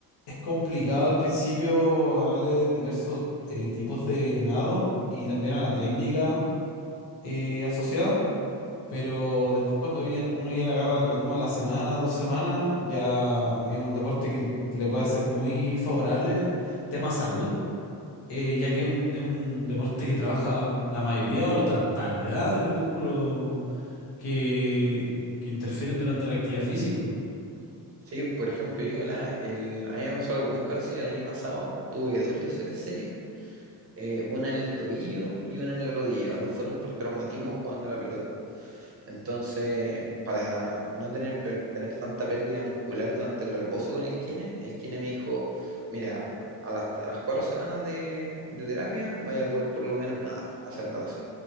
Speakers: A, on the left; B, on the right.
A: es complicado al principio agarrarle diversos eh, tipos de nado y también a la técnica eh, asociada pero después cuando vi- uno ya le agarra el ritmo a la semana, dos semanas, ya es un deporte que le puede hacer muy favorable tema salud, eh, ya que es un, es un deporte que trabaja la mayoría o la totalidad de los músculos que, que interfieren durante la actividad física.
B: Sí, por ejemplo, yo la, el, a mí me pasó algo muy parecido el año pasado. Tuve dos lesiones serias, eh, una en el tobillo y una en la rodilla. y Las dos fueron por traumatismo jugando a la pelota. Entonces, para no tener, per- tener tanta pérdida muscular durante el reposo con el kine, el kine me dijo, mira, a las, a las cuatro semanas de, de terapia vaya a poder por lo menos nadar, hacer natación.